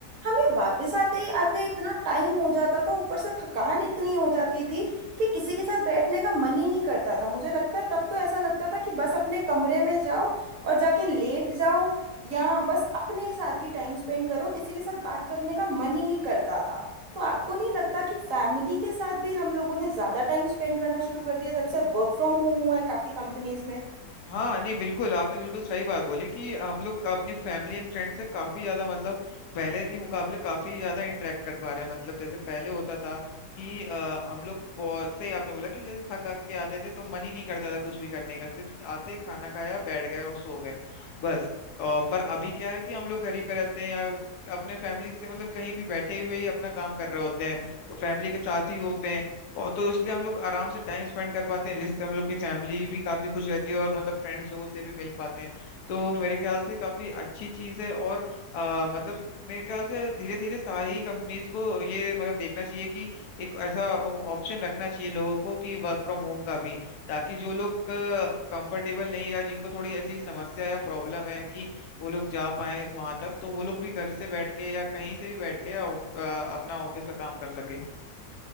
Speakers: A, on the right (about 60°); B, on the left (about 75°).
A: हमें वापस आते ही आते ही इतना टाइम हो जाता था ऊपर से थकान इतनी हो जाती थी कि किसी के साथ बैठने का मन ही नहीं करता था मुझे लगता है तब तो ऐसा लगता था कि बस अपने कमरे में जाओ और जाके लेट जाओ या बस अपने साथ ही टाइम स्पेंड करो किसी के साथ बात करने का मन ही नहीं करता था तो आपको नहीं लगता कि फैमिली के साथ भी हम लोगों ने ज़्यादा टाइम स्पेंड करना शुरू कर दिया जब से वर्क फ्रॉम होम हुआ है काफ़ी कंपनीज में
B: हाँ नहीं बिल्कुल आपने बिल्कुल सही बात बोली कि हम लोग का अपनी फैमिली एंड फ्रेंड से काफी ज्यादा मतलब पहले के मुकाबले काफी ज्यादा इंटरेक्ट कर पा रहे हैं मतलब जैसे पहले होता था कि अ, हम लोग बहुत- सही आपने बोला कि जैसे थक हक के आते थे तो मन ही नहीं करता था कुछ भी करने का सिर्फ आते खाना खाया बैठ गए और सो गए बस अ, पर अभी क्या है कि हम लोग घर ही पे रहते हैं या अपने फैमिली से मतलब कहीं भी बैठे हुए ही अपना काम कर रहे होते हैं तो फैमिली के साथ ही होते हैं और तो इसलिए हम लोग आराम से टाइम स्पेंड कर पाते हैं जिससे हम लोग की फैमिली भी काफी खुश रहती है और मतलब फ्रेंड्स लोगों से भी मिल पाते हैं तो मेरे ख्याल से काफी अच्छी चीज है और आ, मतलब मेरे ख्याल से धीरे धीरे सारी कंपनीज को ये मतलब देखना चाहिए कि एक ऐसा ऑप्शन रखना चाहिए लोगों को कि वर्क फ्रॉम होम का भी ताकि जो लोग कंफर्टेबल नहीं या जिनको थोड़ी ऐसी समस्या या प्रॉब्लम है कि वो लोग जा पाए वहां तक तो वो लोग भी घर से बैठ के या कहीं से भी बैठ के या, अ, अपना ऑफिस का काम कर सके